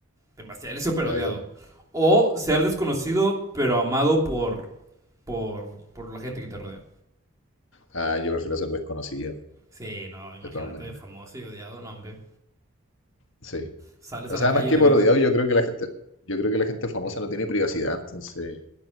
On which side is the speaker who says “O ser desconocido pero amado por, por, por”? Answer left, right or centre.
Right